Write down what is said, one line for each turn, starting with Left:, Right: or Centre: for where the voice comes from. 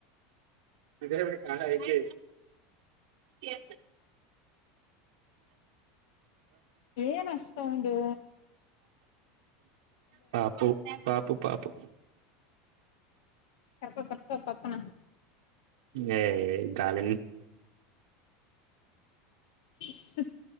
Right: ಇದೇ ಹೇಗೆ ಎ
Left: ಏನ್ ಅಷ್ಟ ಸೌಂಡು
Right: ಪಾಪು ಪಾಪು ಪಾಪು
Left: ಸರ್ಕ ಸರ್ಕ ಪಪ್ಪನ
Right: ಏ ಗಾಲ
Left: ಸ